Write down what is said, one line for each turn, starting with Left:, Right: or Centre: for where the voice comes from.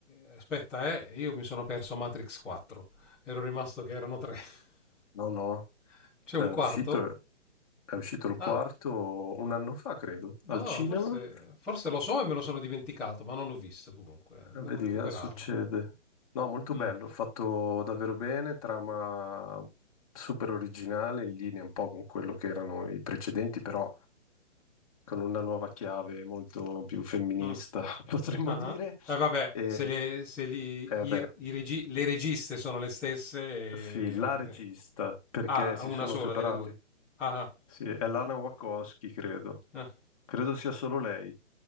Centre: eh, aspetta, eh, io mi sono perso Matrix 4. Ero rimasto che erano tre.
Left: No,
Centre: <laughs>
Left: no,
Centre: C'è
Left: è
Centre: un
Left: uscito,
Centre: quarto?
Left: è uscito il
Centre: Ah,
Left: quarto un anno fa, credo,
Centre: madonna,
Left: al cinema.
Centre: forse, forse lo so e me lo sono dimenticato, ma non l'ho visto comunque.
Left: Eh,
Centre: eh, Devo
Left: Vedi
Centre: recuperarlo.
Left: che succede. No, molto
Centre: Mm.
Left: bello, fatto davvero bene, trama super originale, in linea un po' con quello che erano i precedenti, però con una nuova chiave molto più femminista,
Centre: Mh.
Left: <laughs> potremmo
Centre: Ah-ah.
Left: dire.
Centre: Eh vabbè,
Left: E,
Centre: se le se li
Left: eh beh,
Centre: i r i regi le registe sono le stesse,
Left: sì,
Centre: ehm
Left: la regista, perché
Centre: ah,
Left: si
Centre: una
Left: sono
Centre: sola
Left: separati.
Centre: delle 2. Ah-ah.
Left: Sì, è Lana Wachowski, credo.
Centre: Ah.
Left: Credo sia solo lei.